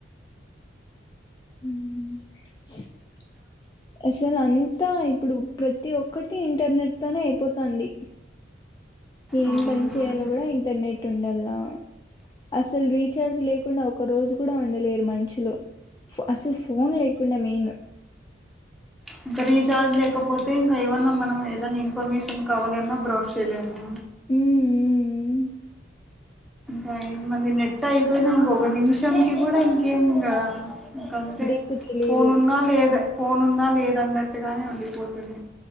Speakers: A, on the left (about 20°); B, in the centre.
A: ఊమ్ అసలంత్తా ఇప్పుడు ప్రతి ఒక్కటి ఇంటర్నెట్ తోనే అయిపోతాంది ఏం
B: అవును
A: పని చేయాలో గూడా ఇంటర్నెట్ ఉండలా అసల్ రీచార్జ్ లేకుండా ఒక రోజు కూడా ఉండలేరు మన్షులు ఫ్ అసల్ ఫోన్ లేకుండా మెయిన్
B: ఇంక రీచార్జ్ లేకపోతే ఇంక ఏమన్నా మనం ఏదైనా ఇన్ఫర్మేషన్ కావాలిన్నా బ్రౌష్ చేయలేము
A: ఉమ్
B: మయ్ మన్ది నెట్ అయిపోయిందనుకో ఒక నిమిషంకి గూడా ఇంకేం ఇగ ఇకంతే
A: దిక్కు తెలీదు
B: ఫోన్ ఉన్న లేదె ఫోన్ ఉన్నా లేదన్నట్టుగానే ఉండిపోతది